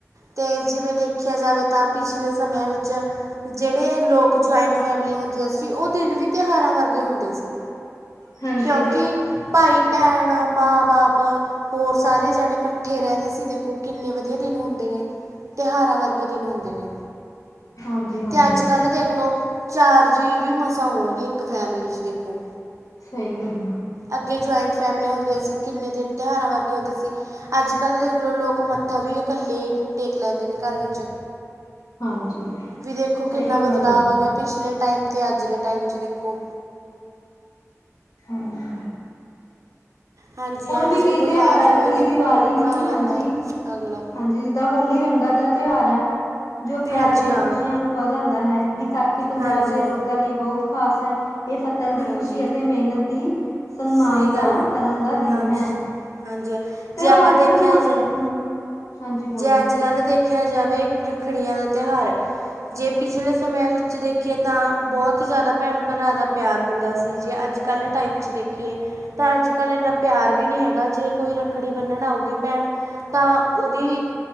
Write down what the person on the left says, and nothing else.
ਹਾਂਜੀ
ਹਾਂਜੀ ਹਾਂਜੀ
ਸਈ ਗੱਲ ਆ।
ਹਾਂਜੀ
ਸਹੀ
ਗੱਲ
ਤੁਹਾਡੀ
ਹਮ।
ਵੀ
ਕਈ
ਤਿਉਹਾਰ
ਇਕੱਲੀ
ਦੀਵਾਲੀ
ਨੀ
ਹਾਂਜੀ
ਹਾਂਜੀ ਜਿੱਦਾਂ ਹੋਲੀ ਰੰਗਾਂ ਦਾ ਤੇਹਾਰ ਐ। ਜੋ ਪਿਆਰ
ਅਤੇ
ਖ਼ੁਸ਼ੀਆਂ ਨੂੰ ਵਧਾਂਦਾ ਹੈ। ਵਿਸਾਖੀ ਪੰਜਾਬ
ਦੇ
ਲੋਕਾਂ ਲਈ ਬਹੁਤ ਖਾਸ ਹੈ। ਏਹ ਫਸਲ ਦੀ
ਖ਼ੁਸ਼ੀ ਅਤੇ ਮੇਹਨਤ ਦੀ ਸਨਮਾਨਤਾ
ਕਰਨ ਦਾ ਦਿਨ
ਹੈ
ਤਿਉਹਾਰ
ਸਿਰਫ ਮਨ
ਹਮ, ਹਾਂਜੀ ਬੋਲੋ